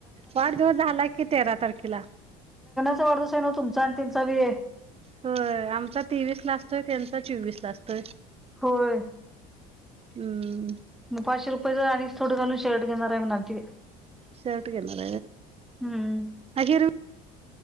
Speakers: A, on the right (about 30°); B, in the centre.
A: वाढदिवस झाला कि, तेरा तारखेला.
B: तुमचा वाढदिवस हाय न्हव, तुमचा आणि तेनचा बी
A: व्हय, आमचा तेवीस ला असतोय, तेंचा चोवीस ला असतोय.
B: होय.
A: हू उ.
B: मग पाचशे रुपयच आणिच थोडं घालून, शर्ट घेणार हाय म्हणालती, बाई.
A: शर्ट घेणार
B: हम्म
A: हाय व्हय.